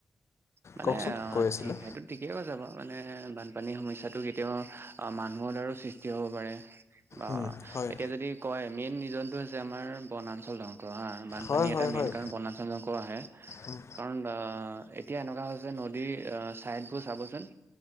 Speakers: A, on the right (about 30°); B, on the left (about 40°).
A: মানে,
B: কওকচোন কৈ আছিলে
A: ঠিক সেইটো, ঠিকেই কৈছে বাৰু। মানে, বানপানীৰ সমস্যাটো কেতিয়াবা, মানুহৰ দ্বাৰাও সৃষ্টি হ'ব পাৰে। বা
B: উম, হয়
A: এতিয়া যদি কয়, মেইন ৰিজনটো হৈছে, আমাৰ বনাঞ্চল ধ্বং হা! বানপানী
B: হয় হয়
A: এটা
B: হয়
A: মেইন কাৰণ, বনাঞ্চল ধ্বংস আহে।
B: উম,
A: কাৰণ, আঁ এতিয়া এনেকুৱা হৈছে, নদীৰ চাইডবোৰ চাবচোন?